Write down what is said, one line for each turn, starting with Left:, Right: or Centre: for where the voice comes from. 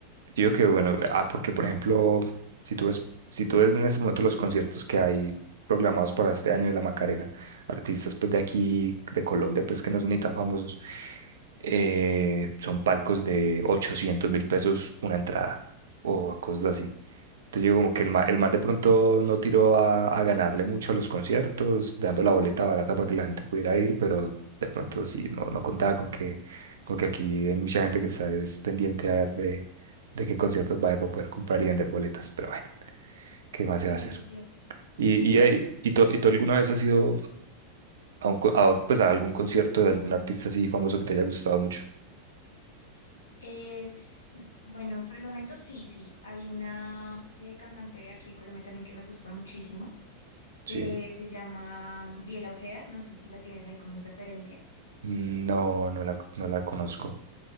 Right: digo que bueno, ah, porque por ejemplo, si tú ves, si tú ves en este momento los conciertos que hay programados para este año de la Macarena, artistas pues de aquí, de Colombia, pues que no son ni tan famosos, eh, son palcos de ochocientos mil pesos una entrada o cosas así. Entonces yo digo como que el man, el man de pronto no tiró a, a ganarle mucho a los conciertos, dando la boleta barata para que la gente pudiera ir, pero de pronto sí, no, no contaba con que, con que aquí hay mucha gente que está es pendiente a ver de, de qué conciertos va a haber para poder comprar y vender boletas, pero bueno, ¿qué más
Left: Sí,
Right: se va a hacer?
Left: es cierto,
Right: ¿Y,
Left: es cierto.
Right: y, ahí- y, tú, y tú alguna vez has ido a, un co- a, pues a algún concierto de algún artista así famoso que te haya gustado mucho?
Left: Es, bueno, por el momento sí, sí. Hay una eh, cantante de aquí de Colombia también que me gusta muchísimo
Right: Sí.
Left: que se llama mm, Briela Ojeda, no sé si la tienes ahí como en referencia.
Right: Mm, No, no la, no la conozco.